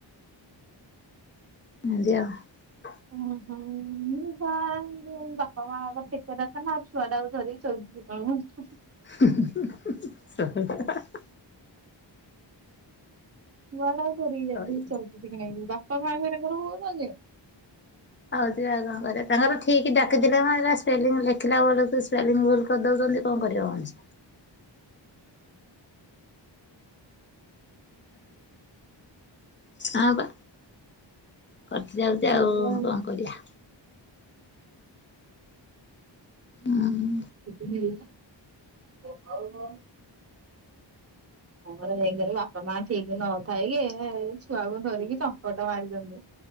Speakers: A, on the left (about 30°); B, on the right (about 35°).
A: <unintelligible>
B: ଓ ହ ମୁ ବା ବାପା ମାଙ୍କ ସେତଟା ତ ନା ଛୁଆ ଟା ଆଉ ଧରିକି ଶୋଇ <unintelligible>
A: ହୁ ହୁନ ହୁ ହହ
B: କୁଆଡେ ଆଉ ଧରିକି
A: ରହିବ।
B: ଯାଇଛନ୍ତି ବାପା ମାଙ୍କର ହଉ ଯେ
A: ହଉ ଯେ ଆଉ କଣ କରିବା ତାଙ୍କର ଠିକ ଡାକିଦେଲେ ସ୍ପେଲିଙ୍ଗ ଲେଖିଲା ବେଳକୁ ଭୁଲ କରିଦଉଛ କଣ କରିବ ମଣିଷ। ଆ ବା। କଟି ଯାଉଛି
B: ହଉଛନ୍ତି।
A: ଆଉ କଣ କରିବା। ହଁ।
B: <unintelligible> ହଁ ପରା ବାପା ମା ଠିକ ନଥାଇ କି ଛୁଆକୁ ଧରିକି ଚମ୍ପଟ ମାରିଛନ୍ତି।